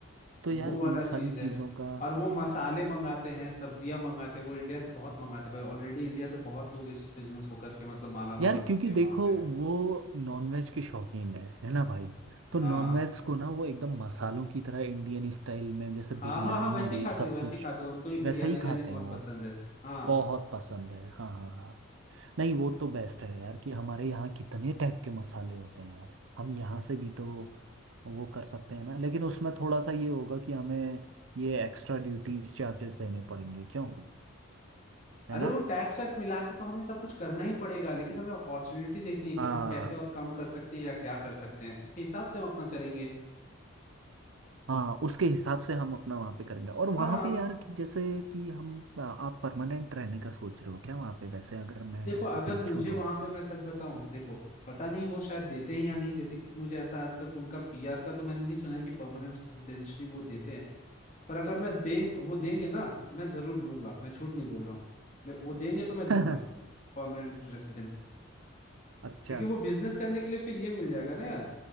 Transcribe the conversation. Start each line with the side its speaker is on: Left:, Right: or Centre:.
Right: तो यार
Left: वो
Right: इन
Left: वाला चीज
Right: सारी चीज़ों
Left: है
Right: का
Left: और वो मसाले मंगाते हैं सब्जियां मंगाते हैं वो इंडिया से बहुत मंगाते हैं भाई। ऑलरेडी इंडिया से बहुत लोग इस बिजनेस को करके मतलब माला
Right: यार
Left: माल हो चुके
Right: क्योंकि
Left: हैं
Right: देखो
Left: वहां पे
Right: वो नॉनवेज के शौकीन है है ना भाई तो नॉनवेज
Left: हाँ
Right: को ना वो एकदम मसालों की तरह इंडियन स्टाइल में जैसे
Left: हाँ
Right: बिरयानी
Left: हाँ हाँ वैसे ही
Right: ये
Left: खाते
Right: सब
Left: हैं वैसे
Right: कुछ
Left: ही खाते हैं उनको ही
Right: वैसे
Left: बिरयानी
Right: ही
Left: रानी
Right: खाते
Left: बहुत
Right: हैं वो
Left: पसंद है हाँ
Right: बहुत पसंद है हाँ हाँ हाँ नहीं वो तो बेस्ट है यार कि हमारे यहाँ कितने टाइप के मसाले होते हैं यार हम यहाँ से भी तो वो कर सकते हैं ना लेकिन उसमें थोड़ा सा ये होगा कि हमें ये एक्स्ट्रा ड्यूटीज चार्जेस देने पड़ेंगे क्यों है
Left: अरे
Right: ना
Left: वो टैक्स वैक्स मिला के तो हमें सब कुछ करना ही पड़ेगा लेकिन हमें अपॉर्चुनिटी देखनी है कि
Right: हाँ
Left: हम कैसे और कम कर सकते हैं या क्या कर सकते हैं उसके हिसाब से हम अपना करेंगे
Right: हाँ उसके हिसाब से हम अपना वहाँ पे करेंगे और वहाँ
Left: हाँ
Right: पे यार कि जैसे कि हम आप परमानेंट रहने का सोच रहे हो क्या वहाँ पे वैसे अगर मैं
Left: देखो
Right: ऐसे
Left: अगर
Right: पूछूं
Left: मुझे
Right: तो
Left: वहां
Right: आपसे
Left: पे मैं सच बताऊं देखो पता नहीं वो शायद देते हैं या नहीं देते क्योंकि मुझे ऐसा आज तक उनका पीआर का तो मैंने नहीं सुना है कि परमानेंट रेजिडेंसी वो देते हैं पर अगर मैं दें वो देंगे ना तो मैं जरूर लूंगा मैं झूठ नहीं बोल रहा हूँ मैं वो देंगे तो मैं लूंगा
Right: <laughs>
Left: परमानेंट रेजिडेंसी
Right: अच्छा
Left: क्योंकि वो बिजनेस करने के लिए फिर ये मिल जाएगा ना यार